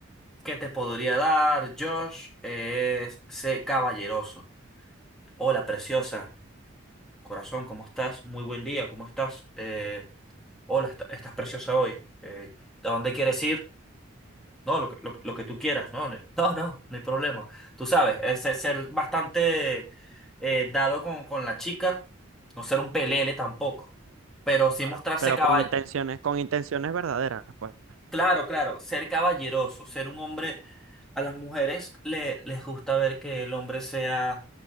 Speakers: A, in the centre; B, on the right.
A: que te podría dar, Josh, es sé caballeroso. Hola, preciosa. Corazón, ¿cómo estás? Muy buen día, ¿cómo estás? Eh, Hola, est- estás preciosa hoy. eh, ¿a dónde quieres ir? No, lo que, lo, lo que tú quieras. No, no, no, no, no hay problema. Tú sabes, es ser ser bastante eh, dado con, con la chica, no ser un pelele tampoco, pero sí
B: Claro,
A: mostrarse
B: pero
A: cabal.
B: con intenciones, con intenciones verdaderas, pues
A: Claro, claro, ser caballeroso, ser un hombre... A las mujeres le, les gusta ver que el hombre sea,